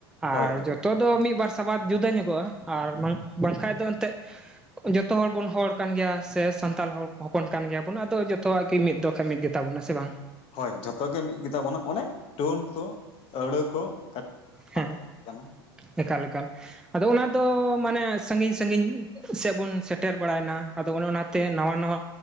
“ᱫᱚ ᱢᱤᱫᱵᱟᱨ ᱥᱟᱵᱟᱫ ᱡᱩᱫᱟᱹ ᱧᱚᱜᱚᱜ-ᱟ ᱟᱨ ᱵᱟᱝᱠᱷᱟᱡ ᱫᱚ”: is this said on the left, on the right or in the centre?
Centre